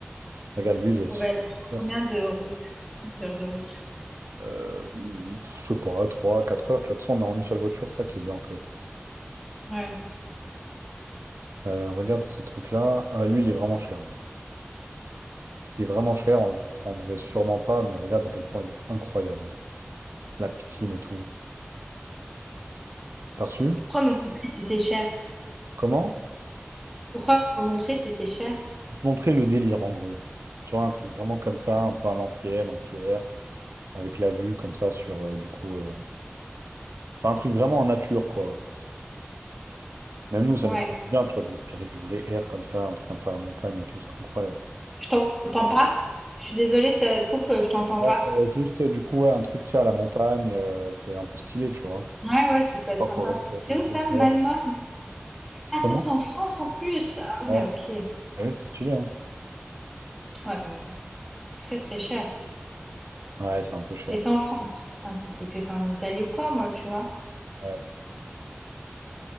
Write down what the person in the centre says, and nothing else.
Faut aller combien de route, d'heures de route?
Ouais.
Pourquoi me montrer si c'est cher?
Pourquoi me montrer si c'est cher?
Ouais.
Je t'entends pas. Je suis désolée, ça coupe, euh, je t'entends
pas.
Ouais, ouais, ça peut
être sympa.
C'est où
ça, Malmort?
Ah, ça,
c'est en France en plus. Ah
ouais, ok. Ouais,
ouais, c'est très très cher.
Et c'est en France. Putain, je pensais que c'était en Italie ou quoi, moi, tu vois?